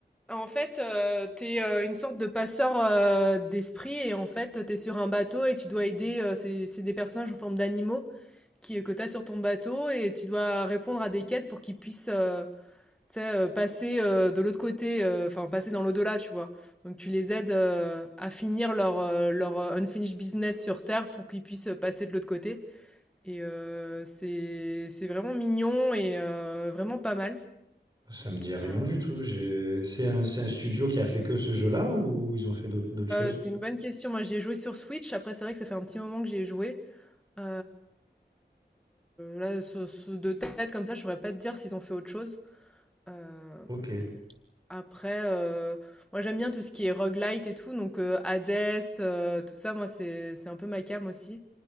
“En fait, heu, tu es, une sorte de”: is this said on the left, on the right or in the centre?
Centre